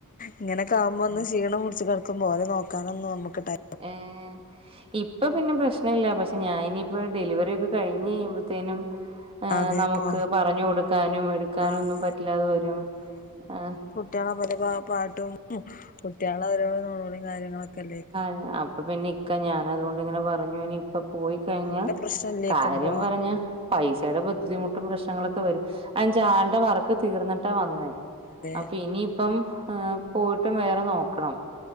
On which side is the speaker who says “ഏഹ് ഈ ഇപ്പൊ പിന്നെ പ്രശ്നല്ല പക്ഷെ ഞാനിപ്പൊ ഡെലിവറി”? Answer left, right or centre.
Right